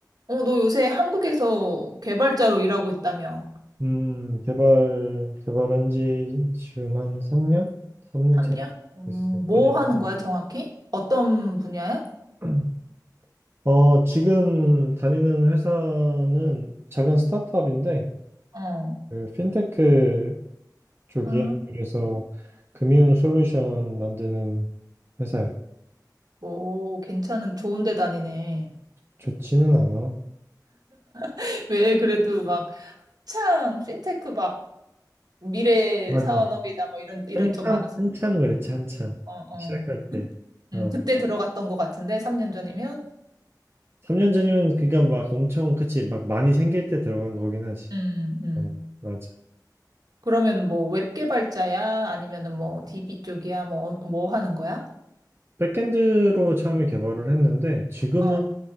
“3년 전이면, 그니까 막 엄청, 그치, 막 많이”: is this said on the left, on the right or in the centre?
Right